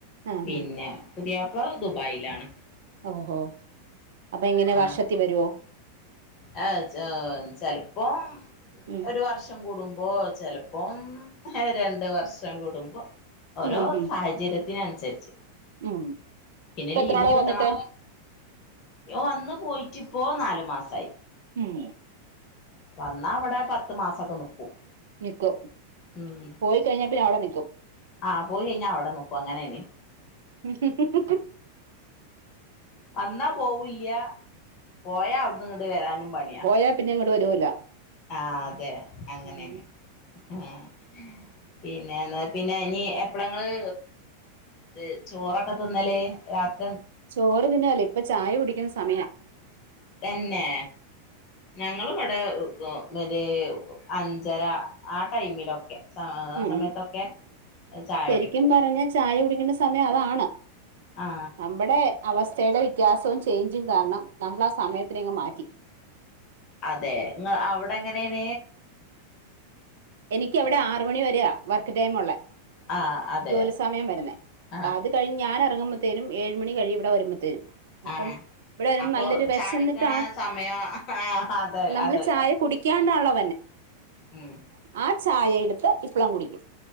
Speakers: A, on the right; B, on the left.
A: ആഹ്
B: പിന്നെ പുതിയാപ്പ്ള ദുബായീലാണ്
A: ഓഹോ അപ്പൊ എങ്ങനെ
B: ആഹ്
A: വർഷത്തി വരോ
B: ആഹ് ച്ചാ ചെലപ്പൊം
A: ഉം
B: ഒരു വർഷം കൂടുമ്പൊ ഔഹ് ചെലപ്പോം ര രണ്ട് വർഷം കൂടുമ്പൊ ഓരോ
A: ഉം ഉം
B: സാഹചര്യത്തിനനുസരിച്ച്
A: ഉം
B: പിന്നെ
A: ഇപ്പ
B: ലീവും
A: എത്രനാളായി
B: കിട്ടണം
A: വന്നിട്ട്
B: ഓ വന്ന് പോയിട്ടിപ്പൊ നാല് മാസായി
A: ഉം
B: വന്നാ അവ്ടെ പത്തു മാസൊക്കെ നിക്കും
A: നിക്കും.
B: ഉം
A: പോയി കഴിഞ്ഞിട്ട് ഞാ അവ്ടെ നിക്കും
B: ആഹ് പോയി കഴിഞ്ഞ അവ്ടെ നിക്കും അങ്ങനെലെ
A: <inaudible>
B: വന്നാ പോവൂല്ല്യാ പോയാ അവിട്ന്ന് ഇങ്ങ്ട്ട് വരാനും പണിയാ
A: പോയാ പിന്നെ ഇങ്ങോട്ട് വരൂല
B: ആഹ് അതെ. അങ്ങനേണ്
A: ഉം.
B: ആഹ് പിന്നെ ന്നാ പിന്നെ ഇനീ എപ്പളാങ്ങള് ഹ് ചോറൊക്കെ തിന്നല് രാത്
A: ചോറ് പിന്നലെ ഇപ്പൊ ചായ കുടിക്ക്ന്ന സമയ
B: തന്നേ. ഞങ്ങള്വ്ടേവ് മറ്റേവ് അഞ്ചര ആ ടൈമിലൊക്കെ സാധാ
A: ഉം
B: സമയത്തൊക്കെ ചായുടിക്കും
A: ശരിക്കും പറഞ്ഞാ ചായ സമയം അതാണ്.
B: ആ
A: നമ്മ്ടേ അവസ്ഥേടെ വ്യത്യാസവും ചേഞ്ചിംഗ് കാരണം നമ്മ്ള സമയത്തിനേങ്ങ് മാറ്റി
B: അതെ അവിടെ എങ്ങനെന
A: എനിക്ക് അവിടെ ആറ മണി വരെയ വർക്ക് ടൈം ഉള്ള
B: ആ അതെ
A: ജോലി സമയം വരുന്നേ അപ്പൊ
B: ആ
A: അത് കഴിഞ്ഞ് ഞാന ഇറങ്ങുമ്പത്തേനും ഏഴ് മണി കഴിയിവിട വരുമ്പോത്തേനും അപ്പം
B: ആ
A: ഇവിടെ വര
B: അപ്പൊ
A: നല്ലൊരു വിശ
B: ചാടിക്കണ
A: എന്നിട്ടാണ്
B: സമയം ആ അതെ
A: നമ്മള്
B: അതെ
A: ചായ കുടിക്കാണ്ടാളോ
B: ഉം
A: ആ ചായ എടുത്ത് ഇപ്പ്ളം കുടിക്കും